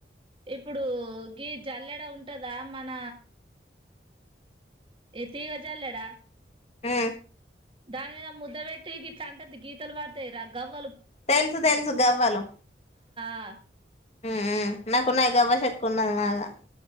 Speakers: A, on the right; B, on the left.
A: ఇప్పుడు గీ జల్లెడ ఉంటదా మన ఎ తీగ జల్లడా
B: హూ
A: దాని మీద ముద్ద పెట్టి గిట్ల అంటే తీ గీతలు పడతాయి రా గావ్
B: తెలుసు తెలుసు గవ్వలు
A: ఆ
B: ఉ ఉ నాకు నా గవ్వ చెక్కున్నది మాగా